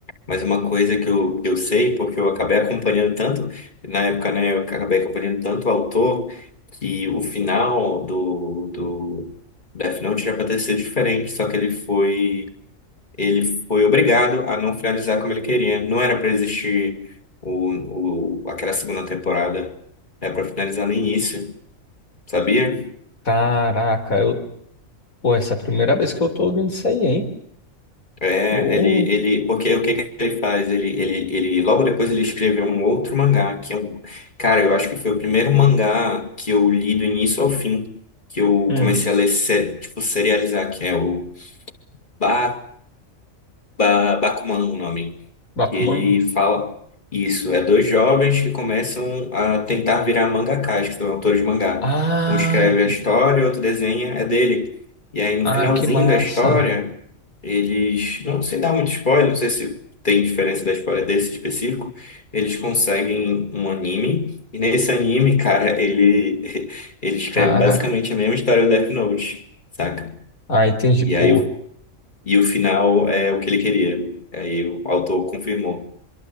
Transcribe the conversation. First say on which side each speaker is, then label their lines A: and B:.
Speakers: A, on the left; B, on the left.
A: Mas uma coisa que eu, que eu sei, porque eu acabei acompanhando tanto, na época, né, eu acabei acompanhando tanto o autor, que o final do, do Death Note era pra ter sido diferente, só que ele foi, ele foi obrigado a não finalizar como ele queria. Não era pra existir o, o, aquela segunda temporada, era pra finalizar no início, sabia?
B: Caraca, eu. Pô, essa é a primeira vez que eu tô ouvindo isso aí, hein?
A: É,
B: Pô.
A: ele, ele, porque o que que ele faz? Ele, ele, ele, logo depois ele escreveu um outro mangá, que é um, cara, eu acho que foi o primeiro mangá que eu li do início ao fim, que eu
B: Hum,
A: comecei a ler, se- tipo, serializar, que é o ba, ba, Bakuman, o nome.
B: Bakuman.
A: Ele fala isso, é dois jovens que começam a tentar virar mangakás, que são autores de mangá.
B: Ah,
A: Um escreve a história, outro desenha, é dele. E aí no
B: ah,
A: finalzinho
B: que massa.
A: da história, eles, não sei dar muito spoiler, não sei se tem diferença da história desse específico, eles conseguem um anime, e nesse anime, cara, ele <laughs> ele escreve
B: Caraca.
A: basicamente a mesma história do Death Note, saca?
B: Ah, entendi.
A: E
B: Pô,
A: aí o- e o final é o que ele queria. Aí o autor confirmou.